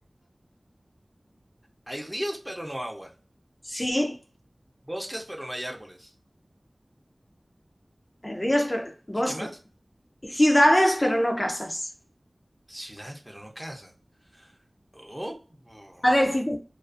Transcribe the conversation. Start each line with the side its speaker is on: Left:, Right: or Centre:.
Centre: Hay ríos, pero no agua.
Left: Sí,
Centre: Bosques, pero no hay árboles.
Left: hay ríos, pero bosques,
Centre: ¿Y qué más?
Left: ciudades, pero no casas.
Centre: Ciudades, pero no casas. Oh, oh.
Left: A ver, si te